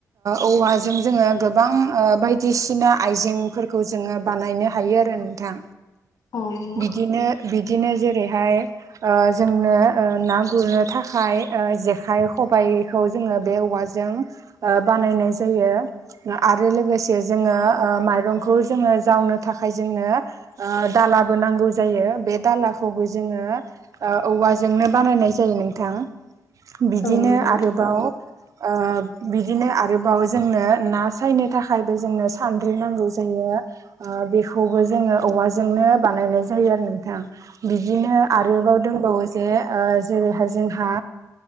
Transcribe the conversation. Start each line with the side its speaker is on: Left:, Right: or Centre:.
Right: औवाजों जोङो गोबां बायदिसिना आइजेंफोरखौ जोङो बानायनो हायो आरो थां
Left: औ नंगौ
Right: बिदिनो बिदिनो जेरैहाय ओ जोंनो ओ ना गुरनो थाखाय ओ जेखाइ खबाइ खौ जोङो बे औवाजों बानायनाय जायो आरो लोगोसे जोङो ओ माइरंखौ जोङो जावनो थाखाय जोंनो ओ दाला नांगौ जायो बे दालाखौबो जोङो ओ औवाजोंनो बानायनाय जायो नोंथां बिदिनो
Left: औ नंगौ।
Right: आरोबाव ओ बिदिनो आरोबाव जोंनो ना सायनो थाखायबो जोंनो सानद्रि नांगौ जायो। बेखौबो जोङो औवाजोंनो बानायनाय जायो आरो नोंथां बिदिनो आरोबाव दंबावो जे ओ जेरैहाय जोंहा